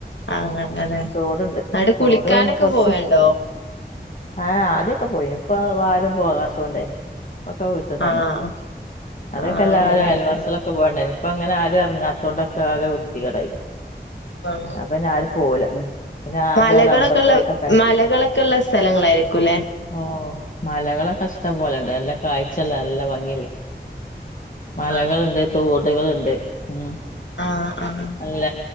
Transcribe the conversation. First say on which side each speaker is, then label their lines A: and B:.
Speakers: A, on the left; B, on the left.
A: അങ്ങനെല്ലെ എന്നിട്ട്
B: തോടുണ്ട്
A: കുളിക്കാനൊക്കെ
B: തോട് കൊറച്ച്
A: പോവണ്ടോ
B: ആഹ് ആദ്യൊക്കെ പോയി ഇപ്പൊ ആരും പോകാത്തൊണ്ടേ ഒക്കെ വീട്ടിൽ തന്നെ
A: ആഹ്
B: ആദ്യൊക്കെല്ലാരും
A: ആഹ് അങ്ങനെ
B: അയൽവാസികളൊക്കെ
A: അങ്ങനെ
B: പോവേണ്ടായി ഇപ്പൊ അങ്ങനെ ആരും ഇറങ്ങാത്തോണ്ട് ആകെ വൃത്തികേടായി
A: ആഹ്
B: അപ്പൊ ഞാരും പോവൂല്ല പിന്നെ ആകെ
A: മലകളൊക്കെ
B: റബർ
A: ഉള്ള
B: തോട്ടൊക്കെ
A: മലകളൊക്കെ ഉള്ള സ്ഥലങ്ങളായിരിക്കുംല്ലേ
B: ഓഹ് മലകളൊക്കെ ഇഷ്ടംപോലെണ്ട് നല്ല കാഴ്ചഉള്ള നല്ല ഭംഗിയുള്ള മലകളുണ്ട്
A: ആഹ്
B: തോടുകളുണ്ട് ഉം
A: ആഹ് ആഹ്
B: നല്ല